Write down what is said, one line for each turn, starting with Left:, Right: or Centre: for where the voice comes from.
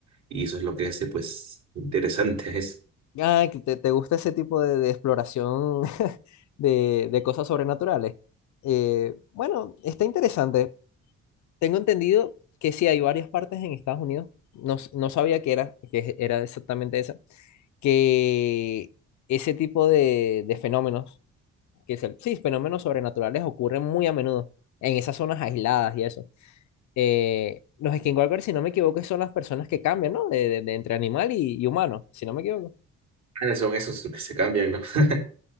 Right: Y eso es lo que hace, pues, interesante. Es,
Left: Ah, que te, te gusta ese tipo de, de exploración <laughs> de, de cosas sobrenaturales. Eh, bueno, está interesante. Tengo entendido que sí hay varias partes en Estados Unidos. No, s- no sabía que era, que era exactamente esa. que ese tipo de, de fenómenos, que es el- sí, fenómenos sobrenaturales ocurren muy a menudo en esas zonas aisladas y eso. Eh, los skinwalkers, si no me equivoco, son las personas que cambian, ¿no? De, de- de entre animal y, y humano, si no me equivoco.
Right: Ah, son esos que se cambian, ¿no? <laughs>